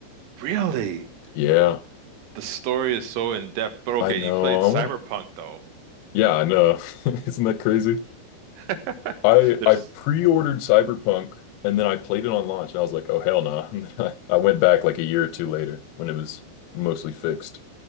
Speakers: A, on the right; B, on the left.
A: Really?
B: Yeah,
A: The story is so in depth. But okay,
B: I know.
A: you played Cyberpunk
B: I want to,
A: though.
B: yeah, I know. <laughs> Isn't that crazy?
A: <laughs>
B: I
A: There's
B: I pre-ordered Cyberpunk and then I played it on launch and I was like, oh hell nah. <laughs> And then I, I went back like a year or two later when it was mostly fixed.